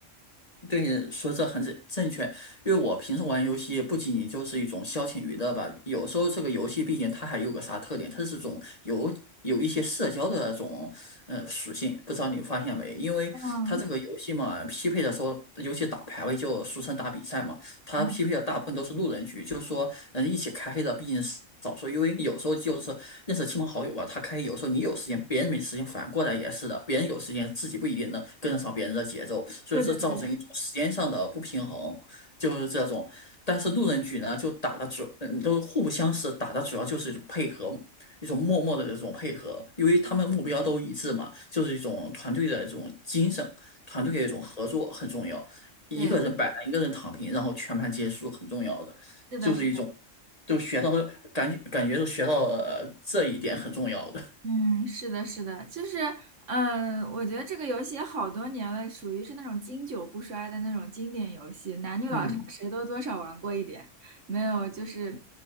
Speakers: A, on the left; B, on the right.
A: 对你说这很正正确，因为我平时玩游戏不仅仅就是一种消遣娱乐吧，有时候这个游戏毕竟它还有个啥特点，它是种有有一些社交的那种呃属性，不知道你发现没？因为它这个游戏嘛，
B: 嗯
A: 匹配的时候，尤其打排位就俗称打比赛嘛。他匹配的大部分都是路人局，
B: 嗯，
A: 就是说能一起开黑的毕竟是少数，因为有时候就是认识亲朋好友吧，他开黑有时候你有时间，别人没时间，反过来也是的，别人有时间，自己不一定能跟得上别人的节奏，所以这造成一种时间上的不平衡，
B: 对对对，
A: 就是这种。但是路人局呢，就打的主，嗯，都互不相识，打的主要就是一种配合，一种默默的这种配合，因为他们目标都一致嘛，就是一种团队的一种精神，团队的一种合作很重要。
B: 嗯
A: 一个人摆烂，
B: 对，
A: 一个人躺平，然后全盘皆输，很重要的，
B: 是的，
A: 就是一种，
B: 是的。
A: 就学到感感觉就学到了这一点很重要的。
B: 嗯，是的，是的，就是，嗯、我觉得这个游戏也好多年了，属于是那种经久不衰的那种经典游戏，男女老少谁都多少玩过一点，
A: 嗯，
B: 没有，就是，